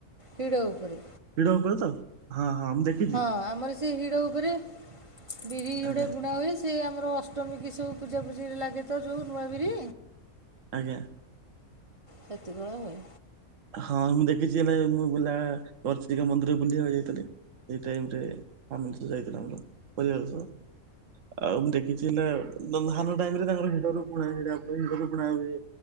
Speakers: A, on the right (about 45°); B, on the right (about 60°).
A: ହିଡ଼ ଉପରେ।
B: ହିଡ଼ ଉପରେ ତ ହଁ, ହଁ, ମୁ ଦେଖ
A: ହଁ ଆମର ସେ ହିଡ଼ ଉପରେ ବିରି ଯୋଡେ
B: ଆଜ୍ଞା
A: ବୁଣା ହୁଏ। ସେ ଆମର ଅଷ୍ଟମୀ କି ସବୁ ପୂଜାପୂଜିରେ ଲାଗେ ତ ଯୋଉ ନୂଆବିରି।
B: ଆଜ୍ଞା।
A: ସେଥିପାଇଁ ଆଉ।
B: ହଁ ମୁଁ ଦେଖିଛି ହେଲେ ମୁଁ ବୁଲା ଚର୍ଚିକା ମନ୍ଦିର ବୁଲିବାକୁ ଯାଇଥିଲି। ସେଇ ଟାଇମ୍ ରେ ଆମେ ସବୁ ଯାଇଥିଲୁ ଆମର ପରିବାର ସହ। ଆଉ ମୁଁ ଦେଖିଛି ହେ ନା ଧାନ ଟାଇମ ରେ ତାଙ୍କର ହିଡରୁୁକୁଣା ହିଡ ହିଡ଼ ରୁକୁଣା ହୁଏ।